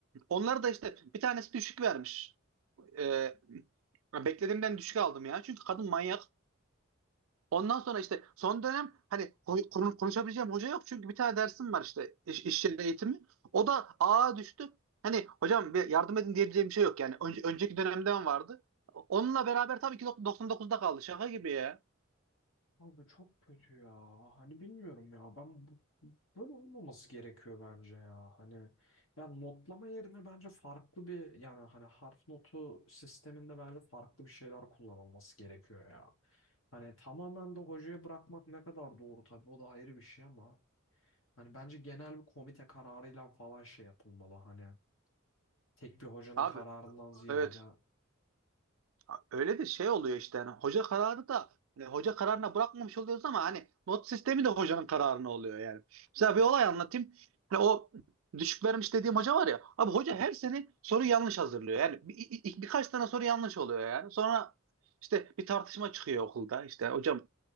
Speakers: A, on the right; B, on the left.
A: Onları da işte bir tanesi düşük vermiş. Ee, beklediğimden düşük aldım ya. Çünkü kadın manyak. Ondan sonra işte son dönem hani ko- konu- konuşabileceğim hoca yok. Çünkü bir tane dersim var işte iş, iş yeri eğitimi. O da A'ya düştü. Hani hocam bir yardım edin diyebileceğim bir şey yok yani. Önce, önceki dönemden vardı. Onunla beraber tabii ki 99'da kaldı. Şaka gibi ya.
B: abi çok kötü ya. Hani bilmiyorum ya. Ben bu Böyle olmaması gerekiyor bence ya. Hani yani notlama yerine bence farklı bir yani hani harf notu sisteminde bence farklı bir şeyler kullanılması gerekiyor ya. Hani tamamen de hocaya bırakmak ne kadar doğru tabii o da ayrı bir şey ama hani bence genel bir komite kararıyla falan şey yapılmalı hani tek bir hocanın
A: Abi
B: kararından ziyade
A: Evet. Ha, Öyle de şey oluyor işte yani hoca kararı da hani hoca kararına bırakmamış oluyoruz ama hani not sistemi de hocanın kararına oluyor yani. Mesela bir olay anlatayım. Hani o düşük vermiş dediğim hoca var ya. Abi hoca her sene soru yanlış hazırlıyor. Yani bir, bir- birkaç tane soru yanlış oluyor yani. Sonra işte bir tartışma çıkıyor okulda. İşte hocam